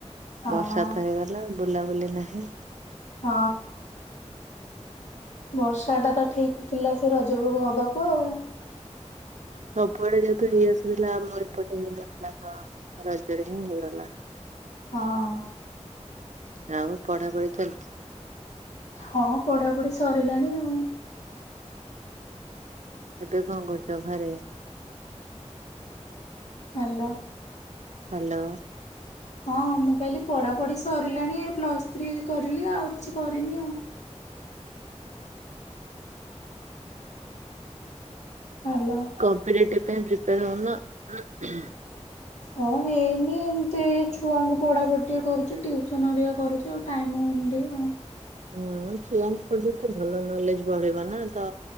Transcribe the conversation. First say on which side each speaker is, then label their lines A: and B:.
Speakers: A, on the left (about 70°); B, on the right (about 80°).
A: ହଁ
B: ବର୍ଷା ତ ହେଇଗଲା ବୁଲାବୁଲି ନାହିଁ।
A: ହଁ। ବର୍ଷା ଟା ତ ଠିକ ଥିଲା ସେ ରଜ ବେଳୁକୁ ହବାକୁ ଆଉ।
B: ସବୁଆଡେ ଯେହେତୁ ହେଇ ଆସିଥିଲା ଆମ ଏପଟେ ହେଇନଥିଲା ତ ରଜରେ ହିଁ ହେଇଗଲା।
A: ହଁ ହଁ
B: <inaudible> ଆଉ ପଢାପଢି ଚାଲିଛି?
A: ହଁ ପଢାପଢି ସରିଲାଣି ଆଉ।
B: ଏବେ କଣ କରୁଚ ଘରେ?
A: ହାଲୋ।
B: ହାଲୋ।
A: ହଁ ମୁଁ କହିଲି ପଢାପଢି ସରିଲାଣି ଏଇ ପ୍ଲସ ଥ୍ରୀ କରିଲି ଆଉ କିଛି କରିନି ଆଉ। ହାଲୋ।
B: କମ୍ପିଟେଟିଭ୍ ପାଇଁ ପ୍ରି <unintelligible>
A: ହଁ ହେଇନି ଏମିତି ଛୁଆଙ୍କୁ ପଢାପଢ଼ି ଟିକେ କରୁଛି ଟିଉସନ ଘରିକା କରୁଛି ଆଉ ଟାଇମ ହଉନି ଟିକେ ଆଉ।
B: ହୁଁ ଛୁଆଙ୍କୁ ପଢେଇଲେ ତ ଭଲ ନଲେଜ ବଢିବ ନା ତ